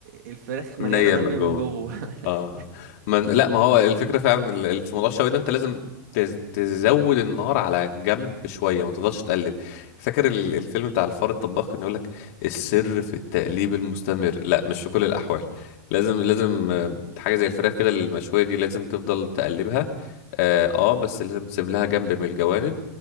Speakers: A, on the right (about 70°); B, on the left (about 50°).
A: الفراخ
B: نية
A: مليانه دم
B: من
A: من
B: جوه
A: جوه <laughs>
B: اه من لا ما هو الفكرة فعلا ال- ال- في موضوع الشوي ده انت لازم تز- تزود النار على جنب شوية ما تفضلش تقلب فاكر ال- الفيلم بتاع الفار الطباخ كان يقولك السر في التقليب المستمر لا مش في كل الأحوال لازم لازم آه، حاجة زي الفراخ كده المشوية دي لازم تفضل تقلبها اه آه، بس لازم تسيب لها جنب من الجوانب